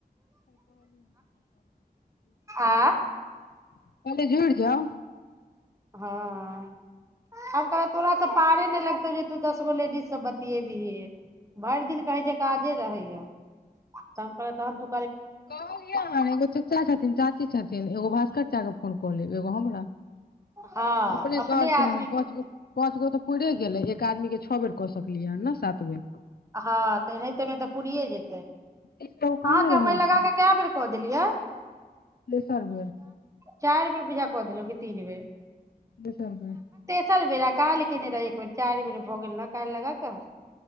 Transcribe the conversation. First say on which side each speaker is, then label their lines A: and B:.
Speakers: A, on the right; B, on the left.
A: आ
B: <unintelligible> जाउ
A: हँ हम कहे तोरा त पारे नहि लगतौ जे तू दस गो लेडीज स बतियेबिहे भरि दिन कहय छैय काजे रहय या त हम क तहन तु
B: कहलिय हन एगो चचा छथिन चाची छथिन एगो भास <unintelligible> एगो हमरा
A: हँ
B: अपने कहलखिन
A: आदमी के
B: पाँच गो पाँच गो तऽ पुईरे गेलै का मी के छओ बेर कऽ सकलियै ह ने सात बेर
A: हँ अनाहिते मे तऽ पूरीए जे
B: तीसटा ओ
A: आहाँ
B: कमे
A: के हम
B: रहै
A: अय लगा
B: छै
A: के कय बेर क देली <unintelligible>
B: <unintelligible> बेर
A: चारि बेर पूजा क देल कि तीन बेर
B: <unintelligible>
A: चल बेरा काल किने रह एक बेर चारि बेर भऽ गेल ने काल्हि लगा क